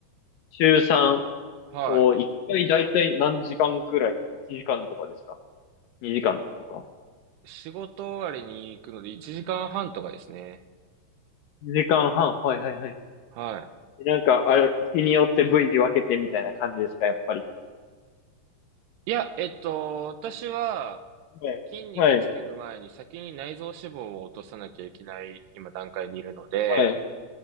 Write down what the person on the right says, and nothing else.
はい。
仕事終わりに行くので1時間半とかですね。
は
い。いや、えっと、私は
筋肉つける前に先に内臓脂肪を落とさなきゃいけない今段階にいるので、